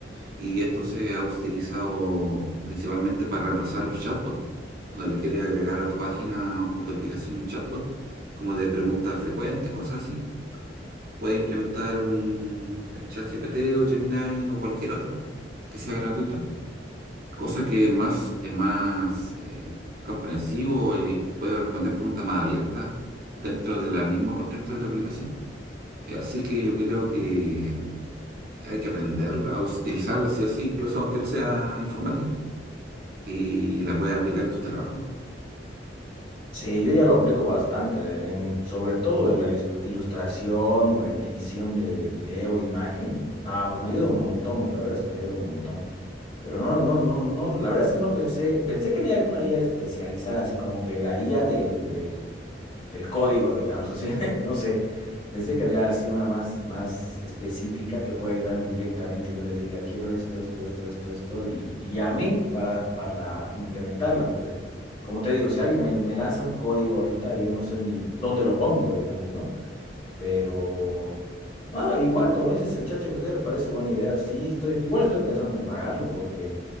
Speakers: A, on the right; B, on the left.
A: Y esto se ha utilizado principalmente para reemplazar los chatbots. Cuando le quieres agregar a tu página o tu aplicación un chatbot, como de preguntas frecuentes, cosas así, puedes implementar un, el chat GPT o Gemini o cualquier otra que sea gratuita cosa que es más, es más eh, comprensivo y puede responder preguntas más abiertas dentro del mismo contexto de tu aplicación. Eh, así que yo creo que hay que aprender a utilizarla así o así, incluso aunque no sea informático, y la puedes aplicar en tu trabajo.
B: Sí, yo ya lo aplico bastante, en, sobre todo en la lis- ilustración o en edición de video, imagen. Ah, pues me ayuda un montón, la verdad es que me ayuda un montón. Pero no, no, no, no, la verdad es que no pensé, pensé que había alguna IA especializada, así como que la IA del, del, del código, digamos así. <laughs> No sé, pensé que había sido una más, más específica que pueda ayudarme directamente. Yo le diga, quiero esto, esto, esto, esto, esto, y guíame para, para la- implementarla, porque como te digo, si alguien me, me lanza un código ahorita, yo no sé ni dónde lo pongo, digamos, ¿no? Pero, ah, igual como dices, el ChatGPT me parece buena idea. Sí, estoy, igual estoy pensando en pagarlo porque